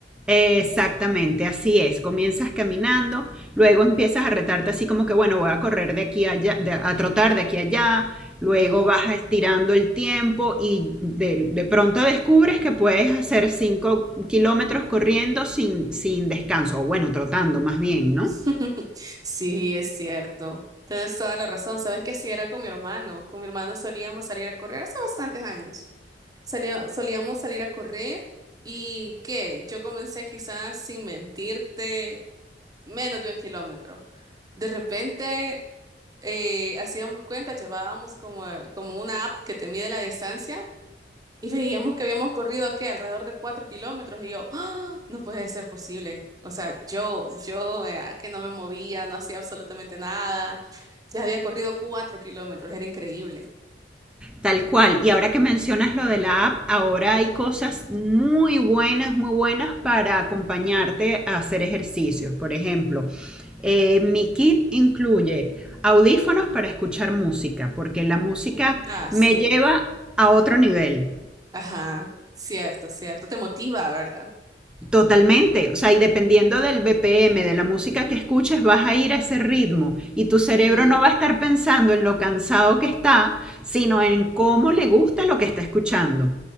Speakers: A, in the centre; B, on the right.
A: Exactamente, así es. Comienzas caminando, luego empiezas a retarte así como que, bueno, voy a correr de aquí a allá, de- a trotar de aquí a allá,
B: Ujú.
A: luego vas estirando el tiempo y de, de pronto descubres que puedes hacer 5 kilómetros corriendo sin, sin descanso, o bueno, trotando más bien, ¿no?
B: <laughs> Sí, es cierto. Tienes toda la razón. Sabes que así era con mi hermano. Con mi hermano solíamos salir a correr hace bastantes años. Salía- solíamos salir a correr y ¿qué? Yo comencé quizás sin mentirte menos de un kilómetro. De repente eh, hacíamos cuenta, llevábamos como, como una app que te mide la distancia y veíamos que habíamos corrido ¿qué? alrededor de cuatro kilómetros y yo, ¡Ah! No puede ser posible. O sea, yo, yo eh, que no me movía, no hacía absolutamente nada, ya había corrido cuatro kilómetros, era increíble.
A: Tal cual. Y ahora que mencionas lo de la app, ahora hay cosas muy buenas, muy buenas para acompañarte a hacer ejercicios. Por ejemplo, eh, mi kit incluye audífonos para escuchar música, porque la música
B: Ah, sí.
A: me lleva a otro nivel.
B: Ajá, cierto, cierto. Te motiva, ¿verdad?
A: Totalmente, o sea, y dependiendo del BPM, de la música que escuches, vas a ir a ese ritmo y tu cerebro
B: Ujú.
A: no va a estar pensando en lo cansado que está, sino en cómo le gusta lo que está escuchando.